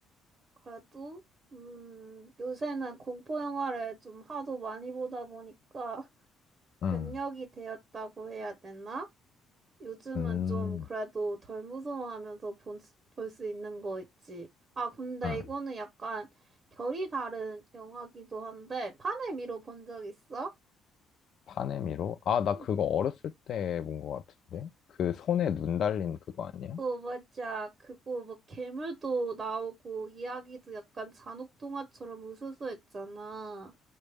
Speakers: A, on the right; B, on the left.
A: 그래도 음, 요새는 공포 영화를 좀 하도 많이 보다 보니까 <laughs>
B: 음,
A: 면역이 되었다고 해야 되나? 요즘은
B: 음,
A: 좀 그래도 덜 무서워하면서 볼 수 있는 거 있지. 아, 근데
B: 음.
A: 이거는 약간 결이 다른 영화기도 한데 판을 미뤄 본 적 있어?
B: 파네미로? 아, 나
A: 음,
B: 그거 어렸을 때 본 것 같은데? 그 손에 눈 달린 그거 아니야?
A: 어, 맞아. 그거 막 괴물도 나오고 이야기도 약간 잔혹 동화처럼 으스스했잖아